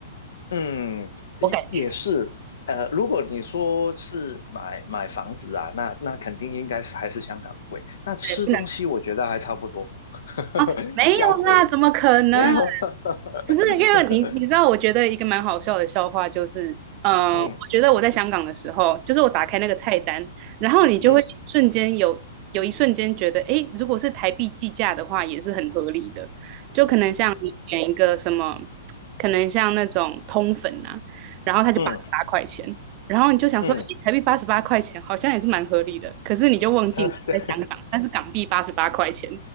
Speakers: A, on the left; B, on the right.
A: 嗯，
B: 我感觉
A: 也也是，呃，如果你说是买买房子啊，那那肯定应该是还是香港贵。那吃东西我觉得还差不多，
B: 不能
A: <laughs>
B: 啊，没有啦，
A: 消费
B: 怎么可能？
A: 没有，
B: 可是因为你你知道，
A: <laughs>
B: 我觉得一个蛮好笑的笑话就是，嗯、
A: 嗯
B: 我觉得我在香港的时候，就是我打开那个菜单，然后你就会瞬间有有一瞬间觉得，
A: 嗯
B: 诶，如果是台币计价的话，也是很合理的。就可能像你点一个什么，可能像那种通粉啊，然后它就八十八块钱，
A: 嗯
B: 然后你就想说，
A: 嗯，
B: 诶，台币八十八块钱好像也是蛮合理的，可是你就忘记你是在香港，
A: <laughs> 呃对，
B: 但是港币八十八块钱。